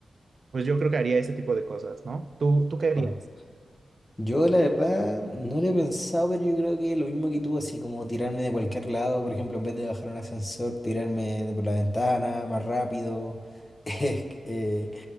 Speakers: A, on the right (about 60°); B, on the left (about 25°).
A: pues yo creo que haría ese tipo de cosas, ¿no? ¿Tú, tú qué harías?
B: Bueno, yo la verdad no lo he pensado, pero yo creo que lo mismo que tú, así como tirarme de cualquier lado, por ejemplo, en vez de bajar un ascensor, tirarme de por la ventana más rápido, <laughs> eh, eh,